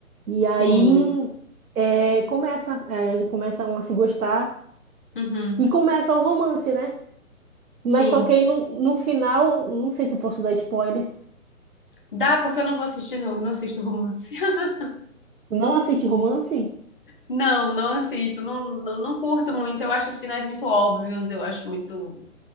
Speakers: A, on the right; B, on the left.
A: E
B: Sim.
A: aí é, começa, é, ele começam a se gostar
B: Uhum.
A: e começa o romance, né? Mas
B: Sim.
A: só que aí no, no final, não sei se eu posso dar spoiler.
B: Dá porque eu não vou assistir, não. Eu não assisto romance. <laughs>
A: Não assiste romance?
B: Não, não assisto. Não, não, não curto muito. Eu acho os finais muito óbvios. Eu acho muito.